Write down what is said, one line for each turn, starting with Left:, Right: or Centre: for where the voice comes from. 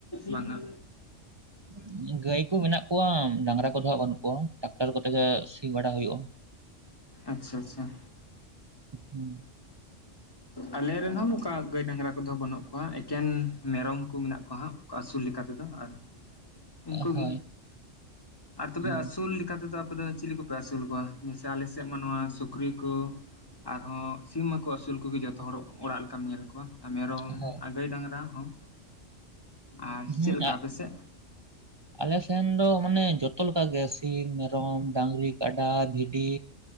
Left: ᱵᱟᱝᱟ᱾
Right: <unintelligible> ᱜᱟᱹᱭ ᱠᱚ ᱢᱮᱱᱟᱜ ᱠᱚᱣᱟ ᱰᱟᱸᱝᱨᱟ ᱠᱚ ᱫᱚᱦᱚ ᱦᱟᱸᱜ ᱵᱟᱱᱩᱜ ᱠᱚᱣᱟ ᱴᱨᱟᱠᱴᱟᱨ ᱠᱚᱛᱮ ᱜᱮ ᱥᱤ ᱵᱟᱲᱟ ᱦᱩᱭᱩᱜᱼᱟ᱾ <unintelligible>
Left: ᱟᱪᱪᱷᱟ ᱟᱪᱪᱷᱟ,
Right: ᱦᱮᱸ,
Left: ᱟᱞᱮ ᱨᱮᱱ ᱦᱚᱸ ᱱᱚᱝᱠᱟ ᱜᱟᱹᱭ ᱰᱟᱝᱨᱟ ᱠᱚᱫᱚ ᱵᱟᱹᱱᱩᱜ ᱠᱚᱣᱟ ᱮᱠᱮᱱ ᱢᱮᱨᱚᱢ ᱠᱚ ᱢᱮᱱᱟᱜ ᱠᱚᱣᱟ ᱦᱟᱸᱜ᱾ ᱟᱹᱥᱩᱞ ᱞᱮᱠᱟᱛᱮᱫᱚ ᱟᱨ
Right: <unintelligible>
Left: ᱩᱱᱠᱩᱜᱤ
Right: ᱦᱳᱭ
Left: ᱟᱨ ᱛᱚᱵᱮ
Right: ᱦᱩᱸ
Left: ᱟᱹᱥᱩᱞ ᱞᱮᱠᱟᱛᱮᱫᱚ ᱟᱯᱮ ᱫᱚ ᱪᱤᱞᱤ ᱠᱚ, ᱯᱮ ᱟᱹᱥᱩᱞ ᱠᱚᱣᱟ ᱡᱮᱥᱮ ᱟᱞᱮᱥᱮᱫ ᱢᱟ ᱱᱚᱣᱟ ᱥᱩᱠᱨᱤ ᱠᱚ ᱟᱨᱦᱚᱸ ᱥᱤᱢ ᱢᱟᱠᱚ ᱟᱹᱥᱩᱞ ᱠᱚᱜᱮ ᱡᱚᱛᱚ ᱦᱚᱲ ᱚᱲᱟᱜ ᱞᱮᱠᱟᱢ ᱧᱮᱞ ᱠᱚᱣᱟ ᱢᱮᱨᱚᱢ
Right: ᱦᱳᱭ
Left: ᱟᱨ ᱜᱟᱹᱭᱼ ᱰᱟᱝᱨᱟ ᱦᱚᱸ, ᱟᱨ
Right: ᱦᱮᱸ
Left: ᱪᱮᱫ ᱞᱮᱠᱟ
Right: ᱟᱜ,
Left: ᱟᱯᱮ ᱥᱮᱫ
Right: ᱟᱞᱮ ᱥᱮᱱ ᱫᱚ ᱢᱟᱱᱮ ᱡᱚᱛᱚ ᱞᱮᱠᱟᱱ ᱜᱮ ᱥᱤᱢ ᱢᱮᱨ ᱚᱢ ᱰᱟᱸᱝᱨᱤ ᱠᱟᱰᱟ ᱵᱷᱤᱰᱤ